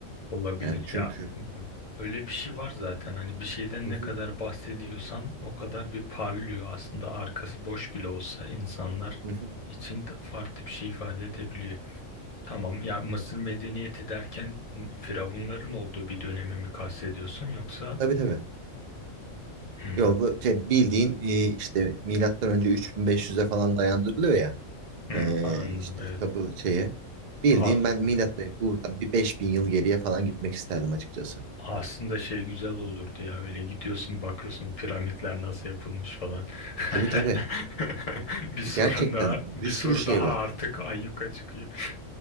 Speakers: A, on the left; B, on the right.
A: Olabilir
B: Yani çünkü
A: ya. B- Öyle bir şey var zaten. Hani bir şeyden
B: Hı
A: ne
B: hı.
A: kadar bahsediyorsan o kadar bir parlıyor. Aslında arkası boş bile olsa insanlar
B: Hı hı.
A: için de farklı bir şey ifade edebiliyor. Tamam ya Mısır medeniyeti derken n- firavunların olduğu bir dönemi mi kastediyorsun yoksa
B: Tabii tabii.
A: Hmm,
B: Yo, bu şey, bildiğin e, işte milattan önce 3500'e falan dayandırılıyor ya.
A: hmm,
B: E,
A: anladım
B: işte
A: evet.
B: tabu şeye. Bildiğin
A: A-
B: ben milattan buradan bir 5000 yıl geriye falan gitmek isterdim açıkçası.
A: Aslında şey güzel olurdu ya öyle gidiyorsun bakıyorsun piramitler nasıl yapılmış falan.
B: Tabii tabii.
A: <laughs> Bir sorun
B: Gerçekten
A: daha
B: bir
A: bir soru
B: sürü şey
A: daha
B: var.
A: artık ayyuka çıkıyor. <laughs>